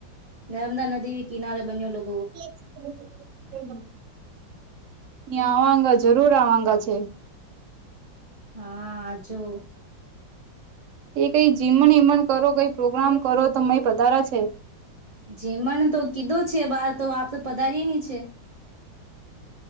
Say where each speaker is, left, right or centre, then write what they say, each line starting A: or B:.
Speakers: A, on the right; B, on the right.
A: નર્મદા નદી કિનારે બન્યો લોક
B: <inaudible> ન્યાં આવાંગા જરૂર આવાંગા છે
A: હા આજો
B: એ કઈ જીમણ હમણ કરો કઈ પ્રોગ્રામ કરો તો મઈ પધારા છે
A: જેમણ તો કીધો છે બાર તો આપ તો પધારી ની છે <inaudible>